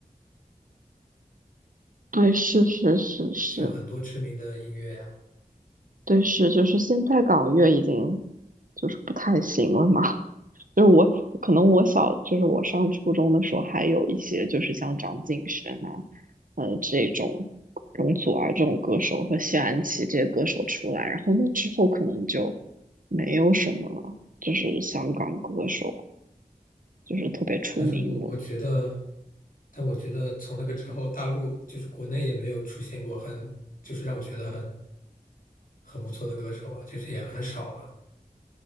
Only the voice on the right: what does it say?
对，是是是是，
对是，就是现在港乐已经就是不太行了嘛。就是我可能我小就是我上初中的时候，还有一些就是像张敬轩啊，呃这种容祖儿这种歌手和谢安琪这些歌手出来，然后那之后可能就没有什么就是香港歌手就是特别出名的。